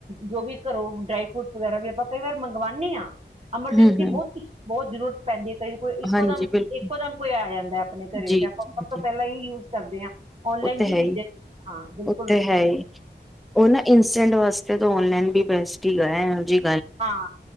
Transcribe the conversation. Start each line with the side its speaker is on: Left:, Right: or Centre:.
Right: ਜੋ ਵੀ ਘਰੋਂ ਡਰਾਈ ਫਰੂਟਸ ਵਗੈਰਾ ਵੀ ਆਪਾਂ ਕਈ ਵਾਰ ਮੰਗਵਾਣੇ ਆ ਐਮਰਜੈਂਸੀ
Centre: ਹੂੰ ਹੂੰ
Right: ਬਹੁਤ ਸੀ ਬਹੁਤ ਜ਼ਰੂਰਤ ਪੈਂਦੀ ਹੈ। ਜਦੋਂ ਕੋਈ ਇੱਕੋ
Centre: ਹਾਂਜੀ
Right: ਦਮ
Centre: ਬਿਲਕੁਲ
Right: ਇੱਕੋ ਦਮ ਕੋਈ ਆ ਜਾਂਦਾ ਆਪਣੇ ਘਰੇ
Centre: ਜੀ
Right: ਤੇ ਆਪਾਂ
Centre: ਜੀ
Right: ਸਭ ਤੋਂ
Centre: ਜੀ
Right: ਪਹਿਲਾਂ ਹੀ ਜੂਸ ਕਰਦੇ ਹਾਂ। ਔਨਲਾਈਨ
Centre: ਉਹ ਤੇ ਹੈ ਹੀ,
Right: ਚੀਜ਼ਾਂ ਹਾਂ ਬਿਲਕੁਲ
Centre: ਉਹ ਤੇ ਹੈ ਹੀ, ਉਹ ਨਾ ਇੰਸਟੈਂਟ ਵਾਸਤੇ ਇਹ ਤਾਂ ਓਨਲਾਈਨ ਵੀ ਬੈਸਟ ਹੀ ਹੈਗਾ ਜੀ।
Right: ਹਾਂ